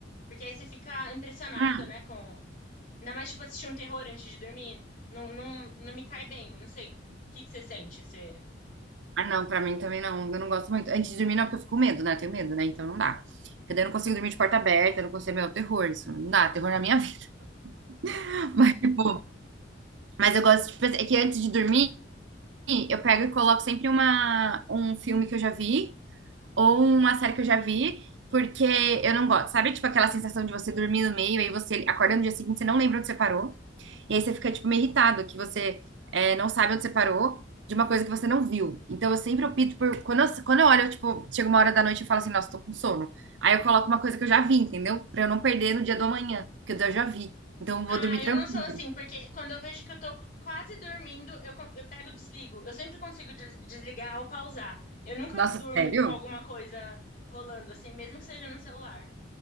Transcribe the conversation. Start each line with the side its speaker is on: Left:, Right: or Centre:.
Left: Porque aí você fica impressionado,
Right: Hum.
Left: né? Com... Ainda mais, tipo, assistir um terror antes de dormir. Não, não, não me cai bem. Não sei. O que que você sente? Você...
Right: Ah, não, pra mim também não. Eu não gosto muito. Antes de dormir, não, porque eu fico com medo, né? Tenho medo, né? Então não dá. Porque daí eu não consigo dormir de porta aberta, eu não consigo, meu, terror, isso não dá, terror na minha vida. <laughs> Mas, tipo, mas eu gosto de pensar, é que antes de dormir, eu pego e coloco sempre uma, um filme que eu já vi, ou uma série que eu já vi, porque eu não gosto. Sabe, tipo, aquela sensação de você dormir no meio, aí você acorda no dia seguinte, você não lembra onde você parou, e aí você fica, tipo, meio irritado, que você é, não sabe onde você parou de uma coisa que você não viu. Então, eu sempre opto por... Quando eu, quando eu olho, eu, tipo, chega uma hora da noite e falo assim, nossa, tô com sono. Aí eu coloco uma coisa que eu já vi, entendeu? Pra eu não perder no dia do amanhã, porque eu já vi. Então, eu
Left: Ah,
Right: vou dormir
Left: eu
Right: tranquila.
Left: não sou assim, porque quando eu vejo que eu tô quase dormindo, eu, con- eu pego e desligo. Eu sempre consigo des- desligar ou pausar. Eu nunca
Right: Nossa,
Left: durmo
Right: sério?
Left: com alguma coisa rolando, assim, mesmo que seja no celular.